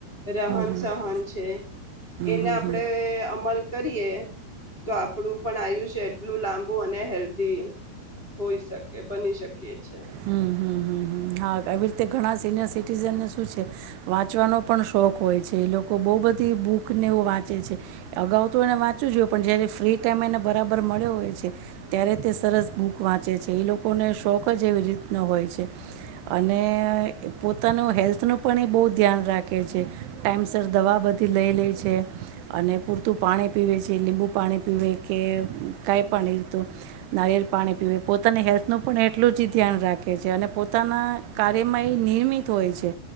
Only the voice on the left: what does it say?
રહન
સહન છે એને
આપડે
અમલ કરીએ. તો આપડું પણ આયુષ્ય એટલું લાંબુ અને હેલ્ધી હોય છે. કે બની શકીએ છે.